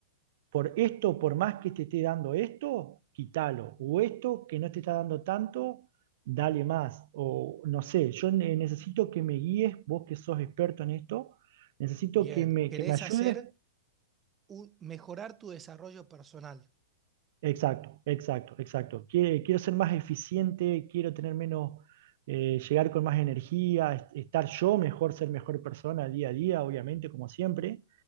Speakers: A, on the right; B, on the right.
A: por esto, por más que te esté dando esto, quítalo. O esto que no te está dando tanto, dale más. O no sé, yo ne- necesito que me guíes, vos que sos experto en esto, necesito
B: Bien.
A: que me,
B: ¿Querés
A: que me ayudes
B: hacer un, mejorar tu desarrollo personal?
A: Exacto, exacto, exacto. Quie- Quiero ser más eficiente, quiero tener menos, eh, llegar con más energía, est- estar yo mejor, ser mejor persona día a día, obviamente, como siempre.